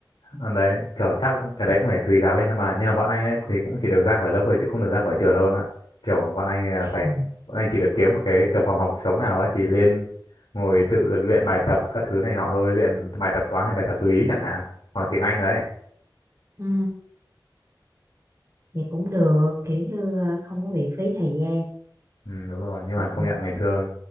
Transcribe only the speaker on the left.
Ờ, đấy kiểu chắc cái đấy cũng phải tùy giáo viên thôi mà nhưng mà bọn anh ấy thì cũng chỉ được ra khỏi lớp thôi chứ không được ra khỏi trường đâu em ạ kiểu bọn anh là phải
bọn anh chỉ được kiếm một cái kiểu phòng học trống nào ấy thì lên ngồi tự luyện bài tập các thứ này nọ thôi luyện bài tập toán hay bài tập lý chẳng hạn hoặc tiếng Anh đấy
ừ, đúng rồi nhưng
mà công nhận ngày xưa